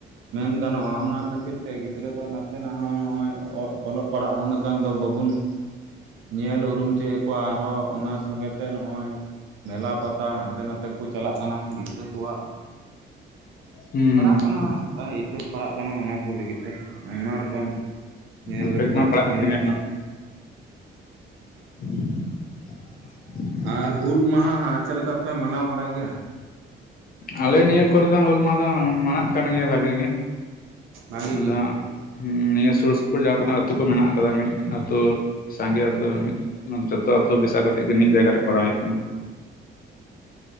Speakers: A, on the right; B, on the left.
A: ᱢᱮᱱ ᱜᱟᱱᱚᱜᱼᱟ ᱚᱱᱟ ᱠᱷᱟᱹᱛᱤᱨ ᱛᱮ ᱜᱤᱫᱽᱨᱟᱹ ᱫᱚ ᱱᱟᱥᱮᱱᱟᱜ ᱦᱚᱸ ᱱᱚᱜᱼᱚᱭᱼᱼ ᱚ ᱚᱞᱚᱜ ᱯᱟᱲᱦᱟᱜ ᱦᱚᱸ ᱩᱱᱟᱹᱜ ᱜᱟᱱ ᱫᱚ ᱵᱟᱵᱚᱱᱼᱼ ᱧᱮᱞ ᱩᱨᱩᱢ ᱦᱚᱪᱚᱭᱮᱫ ᱠᱚᱣᱟ ᱟᱨᱦᱚᱸ ᱚᱱᱟ ᱥᱚᱸᱜᱮᱼᱼ ᱛᱮ ᱱᱚᱜᱼᱚᱭ ᱢᱮᱞᱟ ᱯᱟᱛᱟ ᱦᱟᱱᱛᱮ ᱱᱟᱛᱮ ᱠᱚ ᱪᱟᱞᱟᱜ ᱠᱟᱱᱟ, ᱜᱤᱫᱽᱨᱟᱹ ᱠᱚᱣᱟᱜᱼᱼ
B: ᱦᱩᱸ
A: ᱯᱟᱲᱟᱜ
B: ᱦᱩᱸ
A: ᱠᱟᱱᱟ, ᱛᱟᱭ ᱤᱯᱷᱮᱠᱴ ᱯᱟᱲᱟᱜ ᱠᱟᱱᱟ ᱚᱱᱟ ᱠᱚ ᱞᱟᱹᱜᱤᱫᱼᱼ ᱛᱮ, ᱟᱭᱢᱟ ᱨᱚᱠᱚᱢ ᱧᱮᱞ
B: ᱤᱯᱷᱮᱠᱴ
A: ᱜᱟᱫ
B: ᱢᱟ ᱯᱟᱲᱟᱜ
A: ᱧᱮᱞᱚᱜ
B: ᱠᱟᱱ ᱜᱮᱭᱟ
A: ᱠᱟᱱᱟ ᱾
B: <unintelligible>
A: ᱟᱨ ᱦᱩᱞ ᱢᱟᱦᱟ ᱦᱟᱸᱜ ᱪᱮᱫ ᱞᱮᱠᱟ ᱯᱮ ᱢᱟᱱᱟᱣ ᱵᱟᱲᱟᱭ ᱜᱮᱭᱟ
B: ᱟᱞᱮ ᱱᱤᱭᱟᱹ ᱠᱚᱨᱮ ᱫᱚ ᱦᱟᱸᱜ ᱦᱩᱞ ᱢᱟᱦᱟ ᱫᱚ ᱢᱟᱱᱟᱜ ᱠᱟᱱ ᱜᱮᱭᱟ ᱵᱷᱟᱜᱮ ᱜᱮ
A: ᱵᱷᱟᱜᱤ
B: ᱟᱫᱚ
A: ᱜᱮ
B: ᱱᱤᱭᱟᱹ ᱥᱩᱨ ᱥᱩᱯᱩᱨ ᱡᱟᱦᱟᱸ ᱛᱤᱱᱟᱹᱜ ᱟᱹᱛᱩ ᱠᱚ ᱢᱮᱱᱟᱜ ᱟᱠᱟᱫᱟ ᱢᱤᱫ ᱟᱹᱛᱩ ᱥᱟᱸᱜᱮ ᱟᱹᱛᱩ ᱢᱤᱫ ᱡᱚᱛᱚ ᱟᱹᱛᱩ ᱢᱮᱥᱟ ᱠᱟᱛᱮᱜ ᱜᱮ ᱢᱤᱫ ᱡᱟᱭᱜᱟ ᱨᱮ ᱠᱚᱨᱟᱣ ᱦᱩᱭᱩᱜ ᱠᱟᱱᱟ
A: <inaudible>